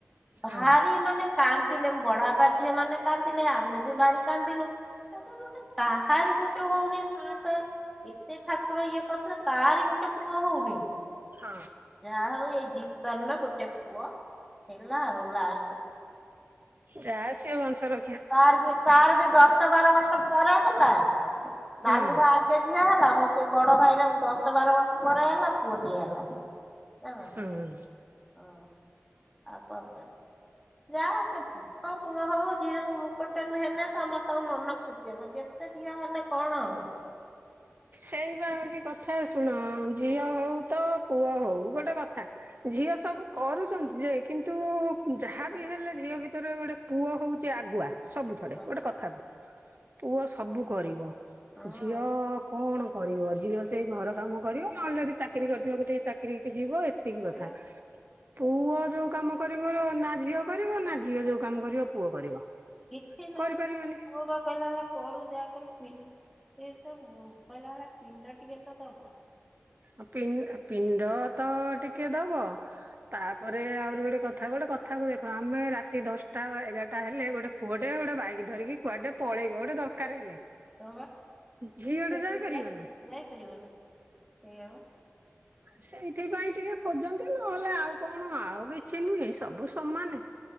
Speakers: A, in the centre; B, on the right.
A: ଭାରି
B: ହଁ
A: ମାନେ କାନ୍ଦିଲେ ମୋ ବଡାପା ଝିଅମାନେ କାନ୍ଦିଲେ ଆମେ ବି ଭାରି କାନ୍ଦିନୁ ଆମେ କହିଲୁ ଗୋଟେ କାହାରି ଗୋଟେ ହଉନି ସାଆନ୍ତେ ଏତେ ଠାକୁର ଇଏ କତ୍ ଲୋ କାରି ଗୋଟେ ପୁଅ ହଉନି।
B: ହଁ।
A: ଯାହା ହଉ ଏଇ ଗୀର୍ତନର ଗୋଟେ ପୁଅ ହେଲା ଆଉ ଲାଷ୍ଟୁ
B: ଯା ସିଏ ବଂଶର
A: ତାର ବି ତାର ବି ଦଶ ବାର ବର୍ଷ ପରେ ହେଲା
B: ହୁଁ
A: ନାଲୁର ଆଗେ ଝିଅ ହେଲା ମୋ ସେ ବଡ ଭାଇର ଦଶ ବାର ବର୍ଷ ପରେ ହେଲା ପୁଅଟିଏ ହେଲା। ଜାଣିଲ ନ୍।
B: ହୁଁ।
A: ଅ ଆଉ କଁ କରି ଯାହା ହଉ ସେ ପୁ ଅ ପୁଅ ହଉ ଝିଅ ମୁଁ ଗୋଟେ ହେନେ ହେନେ ସମସ୍ତଙ୍କ ମନ ଖୁସି ହବ ଯେତେ ଝିଅ ହେଲେ କଣ ହବ।
B: ସେଇ ବା ହଉଛି କଥା ଶୁଣ ଝିଅ ହଉ ତ ପୁଅ ହଉ ଗୋଟେ କଥା ଝିଅ ସବୁ କରୁଚନ୍ତି ଯେ କିନ୍ତୁ ଯାହା
A: ଆଉ
B: ବି ହେଲେ ଝିଅ ଭିତରେ ଗୋଟେ ପୁଅ ହଉଚି ଆଗୁଆ। ସବୁଥରେ
A: ହୁଁ
B: ଗୋଟେ କଥାକୁ ପୁଅ ସବୁ କରିବ
A: ହଁ
B: ଝିଅ କଣ କରିବ ଝିଅ ସେଇ ଘର କାମ କରିବ ନହେଲେ ଯଦି ଚାକିରି କରିଥିବକୁ ଟିକେ ଚାକିରିକି ଯିବ ଏ ତିକି
A: କରିବା
B: କଥା ପୁଅ ଯୋଉ କାମ କରିବାର ନା ଝିଅ କରିବ ନା ଝିଅ ଯୋଉ କାମ କରିବ ପୁଅ କରିବ
A: କିଛି ନହେଲେ
B: କରିପାରିବେନି।
A: ମୋ ପୁଅ ବା କଇଲା ଭଳା କରୁ ଯା କରୁ ପିନ୍ ଟିକେ ତ ଉଁ କହିଲା ଭଳିଆ ପିଣ୍ଡ ଟିକେ ତ ଦବ।
B: ଆଉ ପିନ୍ ଆଉ ପିଣ୍ଡ ତ ଟିକେ ଦବ। ତାପରେ ଆହୁରି ଗୋଟେ କଥା ଗୋଟେ କଥାକୁ ଦେଖ ଆମେ ରାତି ଦଶଟା ବା ଏଗାରଟା ହେଲେ ଗୋଟେ ପୁଅଟେ ଗୋଟେ ବାଇକ ଧରିକି କୁଆଡେ ପଳେଇବ ଗୋଟେ ଦରକାର ହେଲେ।
A: ହଁ ବା
B: ଝିଅଟେ
A: <unintelligible>
B: ଯାଇପାରିବ ନା
A: ଯାଇପାରିବ ନା ସେଇଆ ବା।
B: ସେଇଥିପାଇଁ ଟିକେ ଖୋଜନ୍ତି ନହେଲେ ଆଉ କଣ ଆଉ କିଛି ନୁହେଁ ସବୁ ସମାନେ।